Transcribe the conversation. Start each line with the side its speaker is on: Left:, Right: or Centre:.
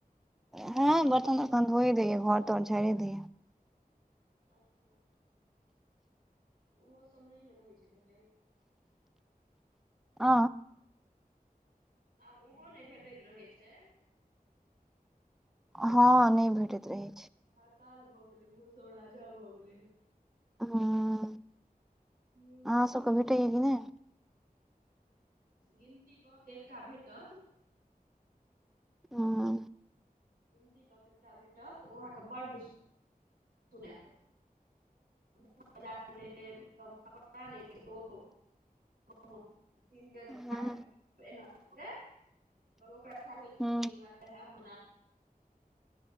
Centre: हँं बर्तन तर्तन धोइए दैयै घर तर झड़ि दैयए
Right: अच्छा ओहो सभ नहि ने रहै छै भेल
Centre: आ
Right: आब ओहो नहि भेटैत रहै छै
Centre: हँ नइ भेटैत रहै छै
Right: हड़ताल भऽ गेलै ओहोसभ राजा भऽ गेलै हेँ
Centre: ह
Right: हूँ
Centre: अहाँ सबके भेटैया कि नहि
Right: गिनती कऽ के एकटा भेटत
Centre: हँ
Right: गिनती कऽ क एकटा भेटत ओ अहाँकेँ बड्ड सुनायत <unintelligible> <unintelligible>
Centre: हूँ
Right: पर अच्छा हो
Centre: हूँ
Right: कहैब